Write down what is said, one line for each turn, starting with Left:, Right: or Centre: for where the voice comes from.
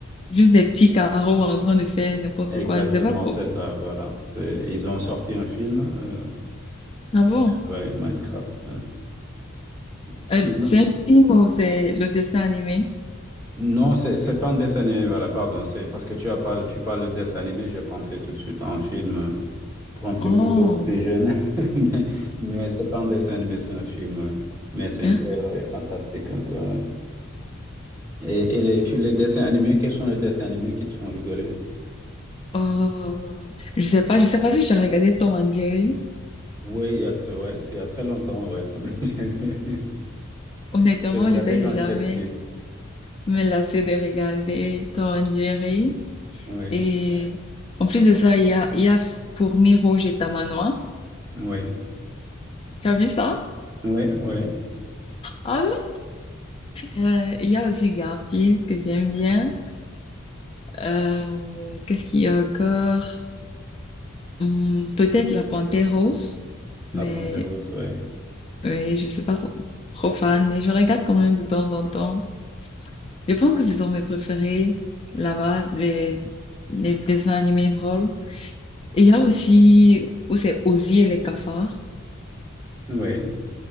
Left: Juste des petits carreaux en train de faire n'importe
Right: exactement,
Left: quoi, je sais pas trop.
Right: c'est ça, voilà. C'est, ils ont sorti un film, euh,
Left: Ah
Right: ça
Left: bon?
Right: s'appelle ouais, Minecraft. ouais. Sinon-
Left: Euh, c'est un film ou c'est le dessin animé?
Right: non, c'est c'est pas un dessin animé, voilà, pardon. C'est parce que tu as parlé, tu parles de dessin animé, j'ai pensé tout de suite à un film euh, pour un public
Left: Oh,
Right: beaucoup plus jeune. <laughs> Mais, mais c'est pas un dessin animé, c'est un film. ouais. Mais c'est
Left: hein?
Right: un peu ouais, fantastique, un peu. ouais. Et, et les, fi- les dessins animés, quels sont les dessins animés qui te font rigoler?
Left: Oh, je sais pas, je sais pas si j'ai regardé Tom and Jerry.
Right: Oui, il y a très, ouais, très- il y a très longtemps, ouais. Tom et Jerry. <laughs>
Left: Honnêtement,
Right: Je C'est vrai regardais
Left: je vais
Right: quand
Left: jamais
Right: j'étais petit.
Left: me lasser de regarder Tom and Jerry.
Right: Oui,
Left: Et en plus de ça, il y a, il y a Fourmi Rouge et Tamanois.
Right: oui,
Left: Tu as vu ça?
Right: oui, oui.
Left: Ah là. Euh, il y a aussi Garfield que j'aime bien. Euh, qu'est-ce qu'il y a encore? Hum, peut-être La Panthère Rose,
Right: La
Left: mais
Right: Panthère Rose, oui.
Left: Oui, je suis pas trop trop fan, mais je regarde quand même de temps en temps. Je pense que c'est dans mes préférés, là-bas, les, les dessins animés drôles. Et il y a aussi où c'est Ozzy et les cafards.
Right: Oui.